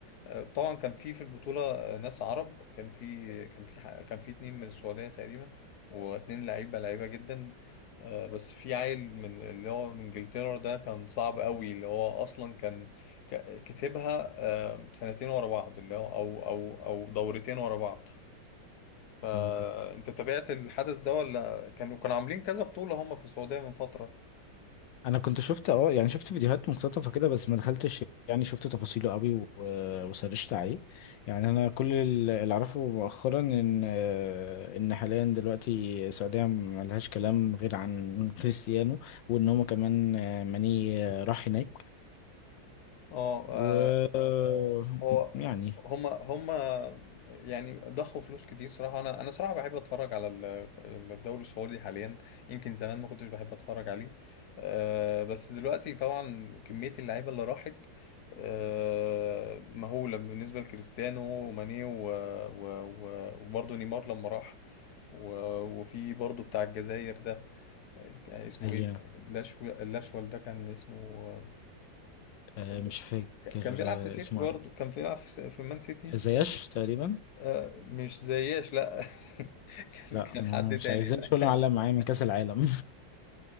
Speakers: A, on the left; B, on the left.
A: آه، طبعا كان في في البطولة آه، ناس عرب كان في كان في ح- كان في اتنين من السعودية تقريبا واتنين لعيبة لعيبة جدا آه، بس في عيل من اللي هو من انجلترا ده كان صعب قوي اللي هو اصلا كان ك- كسبها آه، سنتين ورا بعض اللي هو او او او دورتين ورا بعض فانت
B: <laughs>
A: تابعت الحدث ده ولا كانوا كانوا عاملين كذا بطولة هم في السعودية من فترة
B: انا كنت شفت اه يعني شفت فيديوهات مقتطفه كده بس ما دخلتش يعني شفت تفاصيله قوي و- وسرشت عليه يعني انا كل ال- اللي اعرفه مؤخرا ان آه، ان حاليا دلوقتي السعوديه ما لهاش كلام غير عن كريستيانو وان هما كمان آه، ماني آه، راح هناك
A: اه آه،
B: و آه،
A: هو
B: يعني
A: هما هما يعني ضخوا فلوس كتير صراحة أنا أنا صراحة بحب أتفرج على ال- الدوري السعودي حاليا يمكن زمان ما كنتش بحب أتفرج عليه أه بس دلوقتي طبعا كمية اللعيبة اللي راحت أه مهولة بالنسبة لكريستيانو وماني و- و- و- وبرضه نيمار لما راح و- وفي برضه بتاع الجزائر ده كان اسمه
B: هي
A: إيه لاشو اللاشوال ده كان اسمه
B: آه،
A: كان
B: مش فاكر
A: كان بيلعب
B: آه،
A: في سيتي
B: اسمه
A: برضه
B: إيه؟
A: كان بيلعب في في مان سيتي
B: زياش تقريبا
A: آه، مش زياش لا <laughs> كان
B: لا
A: كان
B: آه،
A: حد
B: مش
A: تاني
B: عايز زياش
A: لا
B: ولا معلم معايا من كاس العالم